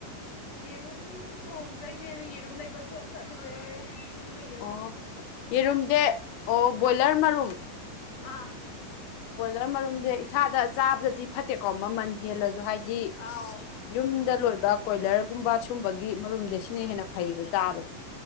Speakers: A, on the left (about 60°); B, on the left (about 75°).
A: ꯌꯦꯔꯨꯝ ꯊꯣꯡꯗꯩꯅꯦꯅ ꯌꯦꯔꯨꯝ ꯂꯩꯕ ꯆꯠꯂꯨꯔꯦ ꯑꯗꯨꯒ ꯌꯦꯔꯨꯝ
B: ꯑꯣ
A: ꯁꯦꯝꯍꯧꯋꯦ
B: ꯌꯦꯔꯨꯝꯖꯦ ꯑꯣ ꯕꯣꯏꯂꯔ ꯃꯔꯨꯝ
A: ꯑꯥ
B: ꯕ꯭ꯔꯣꯏꯂꯔ ꯃꯔꯨꯝꯗꯤ ꯏꯊꯥꯗ ꯆꯥꯕꯗꯗꯤ ꯐꯠꯇꯦꯀꯣ ꯃꯃꯜ ꯍꯦꯜꯂꯖꯨ ꯍꯥꯏꯗꯤ
A: ꯑꯥꯎ
B: ꯌꯨꯝꯗ ꯂꯣꯏꯕ ꯀꯣꯏꯂꯔꯒꯨꯝꯕ ꯁꯁꯨꯝꯕꯒꯤ ꯃꯔꯨꯝꯁꯦ ꯁꯤꯅ ꯍꯦꯟꯅ
A: ꯎꯝ
B: ꯐꯩꯌꯦꯕ ꯆꯥꯕꯗ